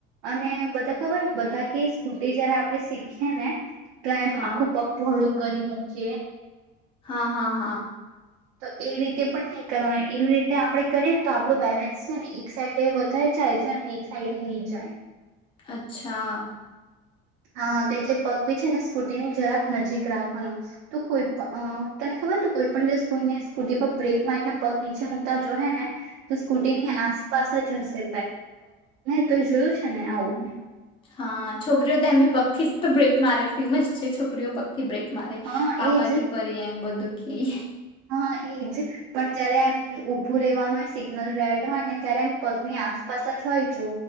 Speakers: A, on the right (about 80°); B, on the left (about 25°).
A: અને બધા ખબર બધા કે સ્કૂટી જયારે આપણે શીખીએ ને તો એમ
B: હા
A: આખું પગપોળું કરી મૂકીએ
B: હા હા હા
A: તો એ રીતે પણ નહી કરવાનું એવી રીતે આપડણે કરીએ ને તો આપણું બેલેન્સ છે, ને એક સાઈડે વધારે જાય છે અને એક સાઈડે નહી, જાય
B: અચ્છા
A: હ તો એટલે પગ બી છે, ને સ્કૂટીની જરાક નજીક રાખવાનો તો કોઈ પણ તને ખબર તો કોઈ પણ દ સ્કૂટી પર બ્રેક મારીને પગ નીચે મકતા જોઈએ ને તો સ્કૂટી ની
B: હમ
A: આસપાસ જ હશે <unintelligible> છે ને
B: હમ્મ
A: આવું
B: હા છોકરીઓ તોી પખી જ તો બ્રેક મારે ફેમસ છે, છોકરીઓ પ થી બ્રેક મારે
A: હા
B: પાપા
A: એજ
B: ક પરી એમ બધું દુઃખી
A: હા એજ પણ જયારે એમ ઉઊભું રવાનું એ સિગ્નલ રેડ હોય ને ત્યારે એમ પગની આસપાસ જ હોય, જોુ